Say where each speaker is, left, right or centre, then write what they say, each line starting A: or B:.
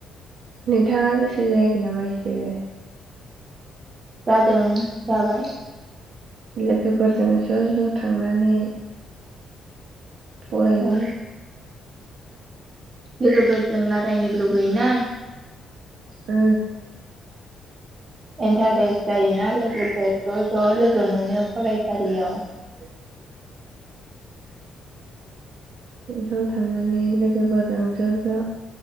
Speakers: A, on the right; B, on the right.
A: नोंथाङा गोसो जायाखै नामा एसेबो?
B: जादों जाबाय?
A: लोगोफोरजों ज' ज' थांनानै फरायनो
B: औ लोगोफोरजों रायलायनो लुुबैयोना
A: ओ
B: इन्टारेस्ट जायोना लोगोफोर ज' ज' लोगो मोनो फरायसालियाव
A: <inaudible> जों ज' थांनानै लोगोफोरजों ज' ज'